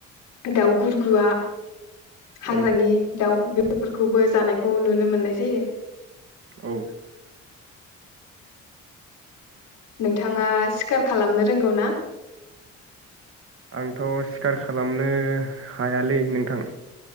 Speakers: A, on the left; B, on the right.
A: दाउ गुरगुवा हाग्रानि
B: औ
A: दाउ बे बेफोरखौबो जानायखौ नुनो मोननाय जायो।
B: औ
A: नोंथाङा सिकार खालामनो रोंगौ ना?
B: आंथ' सिखार खालामनो हायालै नोंथां।